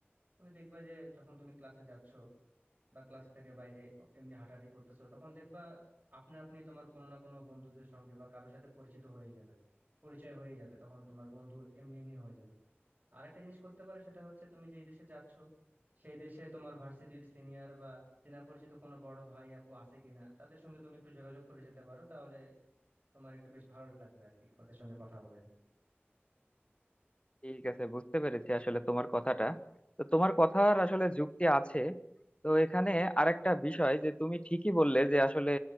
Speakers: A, on the right; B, on the left.
A: তুমি দেখবা যে যখন তুমি ক্লাসে যাচ্ছ বা ক্লাস থেকে বাইরে এমনি হাঁটাহাঁটি করতেছো তখন দেখবা আপনা আপনি তোমার কোনো না কোনো বন্ধুদের সঙ্গে বা কারোর সাথে পরিচিত হয়ে যাবে পরিচয় হয়ে যাবে তখন তোমার বন্ধু এমনি এমনি হয়ে যাবে আরেকটা জিনিস করতে পারো সেটা হচ্ছে তুমি যেই দেশে যাচ্ছ সেই দেশে তোমার ভার্সিটির সিনিয়র বা চেনা পরিচিত কোনো বড় ভাই আপু আছে কিনা তাদের সঙ্গে তুমি একটু যোগাযোগ করে যেতে পারো তাহলে তোমার একটু বেশ ভালো লাগবে আর কি ওদের সঙ্গে কথা বলে
B: ঠিক আছে বুঝতে পেরেছি আসলে তোমার কথাটা তো তোমার কথার আসলে যুক্তি আছে তো এখানে আরেকটা বিষয় যে তুমি ঠিকই বললে যে আসলে